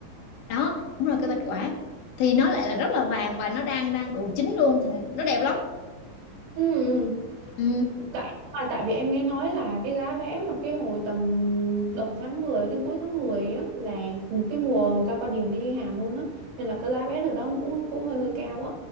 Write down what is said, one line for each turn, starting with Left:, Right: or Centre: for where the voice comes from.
Left: Đó, đúng rồi
Right: Ừ.
Left: cây bạch quả thì nó lại là rất là vàng và nó đang đang độ chín luôn thì nó đẹp lắm
Right: Ừ. ừ.
Left: Ừ,
Right: Tại mà tại vì em nghe nói là cái giá vé mà cái hồi tầm đầu tháng 10 đến cuối tháng 10 á là cái mùa cao cao điểm đi Hàn luôn á nên là cái giá vé ở đó nó cũng cũng hơi hơi cao á.